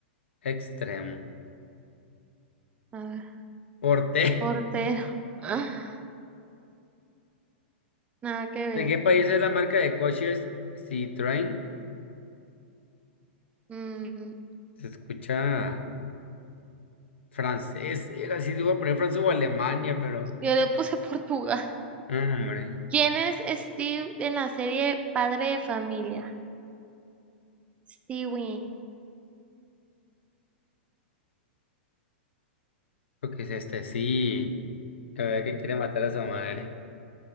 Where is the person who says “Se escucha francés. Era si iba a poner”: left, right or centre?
Left